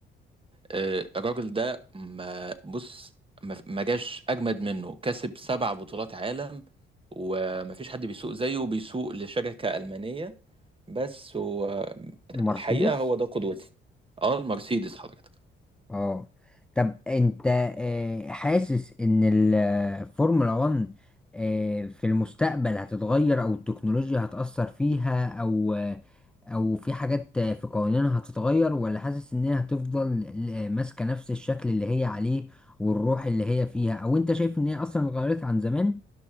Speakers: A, on the right; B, in the centre.
A: آه، الراجل ده ما بص ما ما جاش اجمد منه كسب سبع بطولات عالم وما فيش حد بيسوق زيه وبيسوق لشركة ألمانية بس هو
B: مرسيدس
A: الحقيقة هو ده قدوتي اه المرسيدس حضرتك
B: اه طب انت آه، حاسس ان الفورمولا 1 آه، في المستقبل هتتغير او التكنولوجيا هتأثر فيها او آه، او في حاجات آه، في قوانينها هتتغير ولا حاسس ان هي هتفضل آه، ماسكة نفس الشكل اللي هي عليه والروح اللي هي فيها او انت شايف ان هي اصلا اتغيرت عن زمان